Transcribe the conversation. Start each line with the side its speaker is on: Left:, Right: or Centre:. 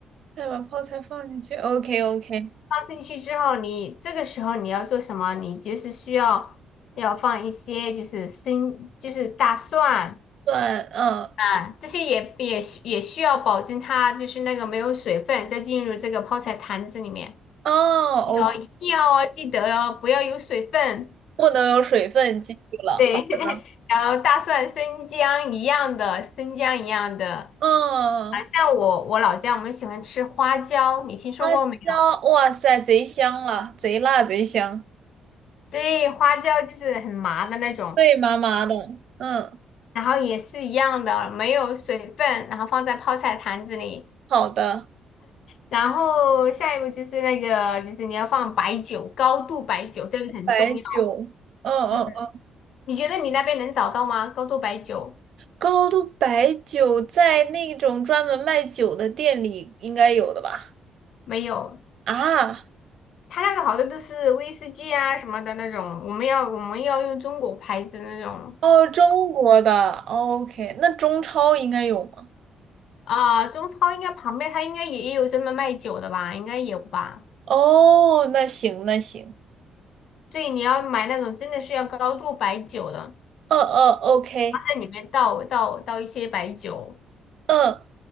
Right: 再把泡菜放进去。OK OK。
Left: 放进去之后你，这个时候你要做什么？你就是需要要放一些就是生就是大蒜
Right: 蒜，嗯，
Left: 啊，这些也也需也需要保证它就是那个没有水分再进入这个泡菜坛子里面，
Right: 哦，OK。
Left: 哦，一定要哦，记得哦，不要有水分。
Right: 不能有水分进去了，
Left: 对，
Right: 好。
Left: <laughs>
Right: 的。
Left: 然后大蒜、生姜一样的，生姜一样的。
Right: 嗯。
Left: 啊，
Right: 嗯嗯
Left: 像我我老家我们喜欢吃花椒，你听说过没？
Right: 辣椒，哇塞，贼香了，贼辣贼香，
Left: 对，花椒就是很麻的那种，
Right: 脆麻麻的。嗯，
Left: 然后也是一样的，没有水分，然后放在泡菜坛子里，
Right: 好的，
Left: 然后下一步就是那个，就是你要放白酒，高度白酒，这个很重要。
Right: 白酒，嗯嗯嗯，
Left: 嗯，你觉得你那边能找到吗？高度白酒
Right: 高度白酒在那种专门卖酒的店里应该有的吧？
Left: 没有，
Right: 啊，
Left: 它那个好多都是威士忌啊什么的那种，我们要我们要用中国牌子的那种
Right: 哦，中国的，OK，那中超应该有吗？
Left: 啊，中超应该旁边它应该也也有专门卖酒的吧，应该有吧？
Right: 哦，那行那行，
Left: 对，你要买那种真的是要高度白酒的。
Right: 嗯嗯，OK，
Left: 在里面倒倒倒一些白酒，
Right: 嗯，